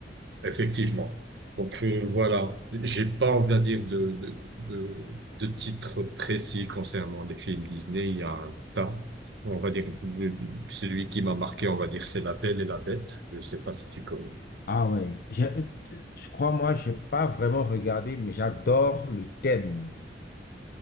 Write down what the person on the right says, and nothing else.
effectivement. Donc, euh, voilà. J'ai pas, on va dire, de, de, de, de titre précis concernant les films Disney. Il y a un tas. On va dire, le- celui qui m'a marqué, on va dire, c'est La Belle et la Bête. Je sais pas si tu connais.